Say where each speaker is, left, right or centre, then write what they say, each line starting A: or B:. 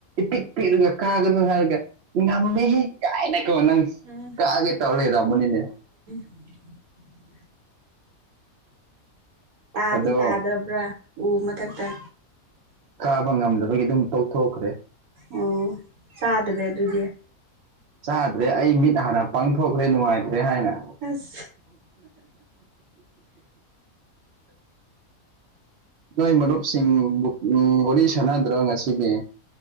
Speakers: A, on the right (about 60°); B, on the right (about 85°).
A: ꯇꯤꯛꯇꯤꯔꯒ ꯀꯥꯒ ꯅꯨꯉꯥꯏꯔꯒ ꯉꯝꯃꯤꯁꯤ ꯀꯥꯏꯅꯀꯣ ꯅꯪ
B: ꯎꯝ
A: ꯀꯛꯑꯒꯦ ꯇꯧꯔ ꯂꯩ ꯔꯎꯕꯅꯤꯅꯦ
B: <unintelligible> ꯇꯥꯗꯤ
A: ꯑꯗꯣ
B: ꯇꯥꯗꯕ꯭ꯔꯥ ꯎ ꯃꯊꯛꯇ
A: ꯀꯥꯕ ꯉꯝꯗꯕꯒꯤ ꯑꯗꯨꯝ ꯇꯧꯊꯣꯛꯈ꯭ꯔꯦ
B: ꯑꯣ ꯆꯗꯕꯦ ꯑꯗꯨꯗꯤ
A: ꯆꯥꯗ꯭ꯔꯦ ꯑꯩ ꯃꯤꯠ ꯍꯥꯟꯅ ꯄꯥꯡꯊꯣꯛꯈ꯭ꯔꯦ ꯅꯨꯡꯉꯥꯏꯇꯦ ꯍꯥꯏꯥꯏꯅ
B: ꯑꯁ
A: ꯅꯣꯏ ꯃꯔꯨꯞꯁꯤꯡ ꯋꯥꯔꯤ ꯁꯥꯟꯅꯗ꯭ꯔꯕ ꯉꯁꯤꯗꯤ